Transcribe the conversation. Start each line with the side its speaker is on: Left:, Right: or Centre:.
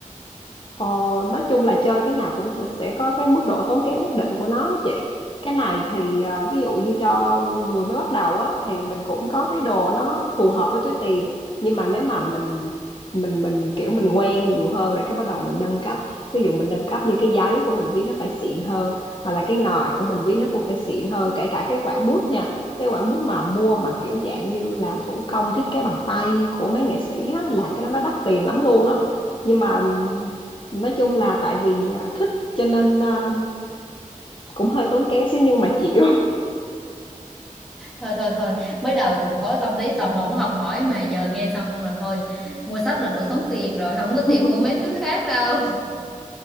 Left: Ờ, nói chung là chơi cái nào cũng th- sẽ có cái mức độ tốn kém nhất định của nó đó chị. Cái này thì à, ví dụ như cho người mới bắt đầu á thì mình cũng có cái đồ nó phù hợp với túi tiền. Nhưng mà nếu mà mình mình mình kiểu mình quen nhiều hơn rồi cái bắt đầu mình nâng cấp. Ví dụ mình nâng cấp như cái giấy của mình viết nó phải xịn hơn hoặc là cái ngòi của mình viết nó cũng phải xịn hơn kể cả cái quản bút nha. Cái quản bút mà mua mà kiểu dạng như làm thủ công thiết kế bằng tay của mấy nghệ sĩ á là cái đó nó đắt tiền lắm luôn á. Nhưng mà nói chung là tại vì à, thích cho nên à, cũng hơi tốn kém xíu nhưng mà chịu
Centre: thôi thôi thôi mới đầu cũng có tâm lý tò mò muốn học hỏi mà giờ nghe xong là thôi mua sách là đủ tốn tiền rồi không có
Left: <laughs>
Centre: tiền mua mấy thứ khác đâu